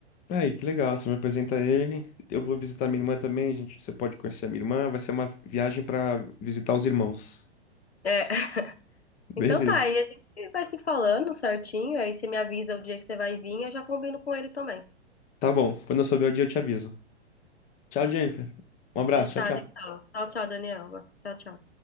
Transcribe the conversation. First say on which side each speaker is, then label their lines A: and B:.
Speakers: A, on the left (about 25°); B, on the left (about 65°).
A: Aí, que legal. Você me apresenta ele. Eu vou visitar minha irmã também, gente. Você pode conhecer a minha irmã. Vai ser uma viagem para visitar os irmãos.
B: É. <laughs>
A: Beleza.
B: Então tá, aí a gente vai se falando certinho. Aí você me avisa o dia que você vai vir, eu já combino com ele também.
A: Tá bom. Quando eu souber o dia, eu te aviso. Tchau, Jennifer. Um abraço.
B: Fechado,
A: Tchau,
B: então.
A: tchau.
B: Tchau, tchau, Daniel. Tchau, tchau.